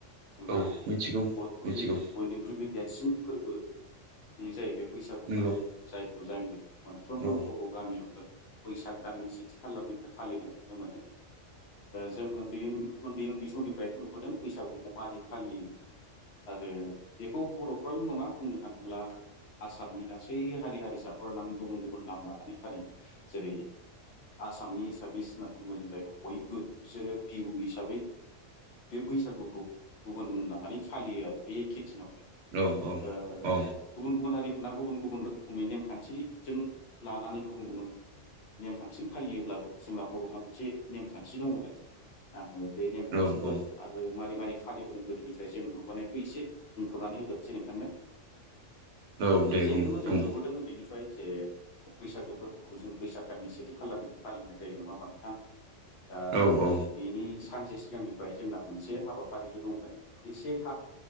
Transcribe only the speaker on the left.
जोंना
बर'फोरनि
बयनिख्रुइबो देरसिन फोरबो बे जाहैबाय बैसागुफोर
जायखौ जायनि मोनफ्रोमबो
बर' गामियावनो बैसाग दाननि सेथि खालारनिफ्राय फालिनाय नुनो मोनो। जों उन्दै उन्दै उन्दै समनिफ्राय नुबोदों बैसागुखौ मारै फालियो आरो बेखौ बर'फ्राल' नङा बुंनो थाङोब्ला आसामनि गासै हारि हारि हारिसाफोरना गुबुन गुबुन नाम लानानै फालियो जेरै आसामनि एसामिस होनना बुङो जों जायखौ जों बयबो बिसोरो बिहु हिसाबै बे बैसागुखौ गुबुन मुं लानानै फालियो आरो बे एखे दिनावनो गुबुन
गुबुन हारिफोरना गुबुन गुबुन रोखोमनि नेमखान्थि जों लानानै गुबुन गुबुन नेमखान्थिजों फालियोब्लाबो जोंना बर'ना मोनसे नेमखान्थि दङलाय ना बे नेमखान्थिफोर
आरो मारै मारै फालिबोदों गोदोनिफ्राय जों नुुबोनायखौ एसे बुंफोरनानै होजोबसै नोंथांनो
जिहेथु
जों
नुबोदों उन्दैनिफ्राय। जे बैसागो फोरबोखौ जोङो बैसागो दाननि सेथि खालारनिफ्राय फालिनाय जायो नङा होमबा नोंथां। दा
बिनि। सानसे सिगांनिफ्राय जोंना मोनसे हाबाफारिल' लोगोमोनबाय एसे थाग